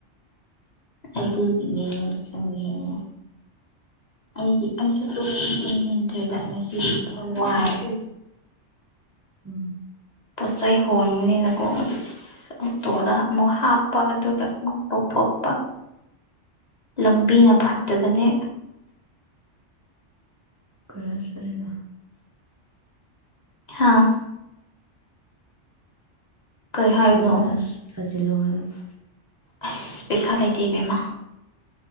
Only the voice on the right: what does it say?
ꯎꯝ
ꯀꯗꯥꯏ ꯆꯠꯂꯤꯅꯣ
ꯀꯣꯏꯂꯥꯁ ꯊꯥꯖꯤꯂꯣ ꯍꯥꯏꯕ